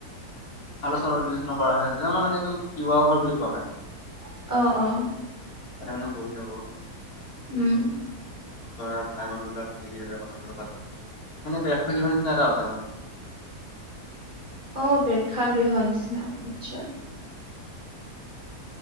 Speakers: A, on the left; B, on the right.
A: আলোচনা বিলোচনা কৰা হয় যে আমাৰ মানে এইটো তিৱা ঘৰ বুলি কোৱা হয়
B: অহ, অহ।
A: এ মানে বহিৰ আগত।
B: উম।
A: ওচৰৰে ভাই-বন্ধু এটাক <unintelligible> কথা-চথা পাতে। <unintelligible> পেক্ষা গৃহৰ নিচিনা এটা আছে মানে।
B: অ', প্ৰেক্ষাগৃহ নিচিনা আচ্ছা।